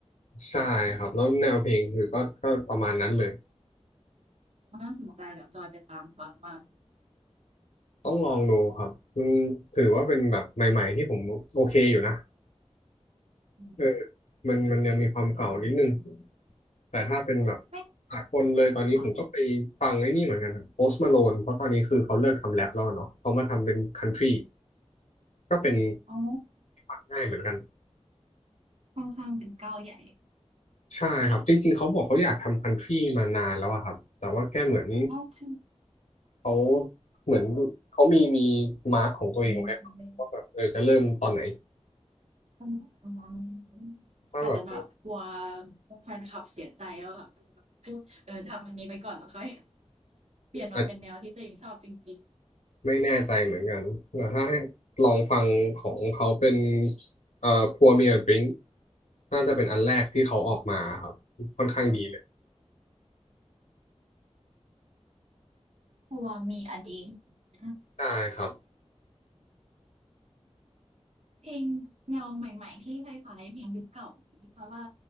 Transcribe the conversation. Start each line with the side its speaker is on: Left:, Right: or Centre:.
Left: ใช่ครับแล้วแนวเพลงคือก็ก็ประมาณนั้นเลย
Right: น่าสนใจเดี๋ยวจอยไปตามฟังบ้าง
Left: ต้องลองดูครับมันถือว่าเป็นแบบใหม่ๆที่ผมโอเคอยู่นะ
Right: อืม
Left: เออมันมันยังมีความเก่านิดนึงแต่ถ้าเป็นแบบ
Right: ไม่
Left: สากลเลยตอนนี้ผมก็ไปฟังไอ้นี่เหมือนกันครับโพสต์มาโลนเพราะตอนนี้คือเขาเลิกทำแรปแล้วเนาะเขามาทำเป็นคันทรี
Right: ค่ะ
Left: ก็เป็น
Right: อ๋อ
Left: ฟังง่ายเหมือนกัน
Right: ค่อนข้างเป็นเก้าใหญ่
Left: ใช่ครับจริงๆเขาบอกเขาอยากทำคันทรีมานานแล้วอะครับแต่ว่าแค่เหมือน
Right: ชอบชื่อ
Left: เขาเหมือนเขามีมีมาร์กของตัวเองไว้ครับว่าแบบเออจะเริ่มตอนไหน
Right: มีบ้างอันเล่นอืมอง
Left: ถ้าแบบ
Right: อาจจะแบบกลัวแฟนคลับเสียใจแล้วค่ะเออทำอันนี้ไปก่อนแล้วค่อยเปลี่ยนมาเป็นแนวที่ตัวเองชอบจริง
Left: มัน ไม่แน่ใจเหมือนกันแต่ถ้าให้ลองฟังของเขาเป็นเอ่อ Pour Me a Drink น่าจะเป็นอันแรกที่เขาออกมาครับค่อนข้างดีเลย
Right: กลัวมีอดีตนะ
Left: ได้ครับ
Right: เพลงแนวใหม่ๆที่คล้ายๆเพลงยุคเก่านี้เพราะว่า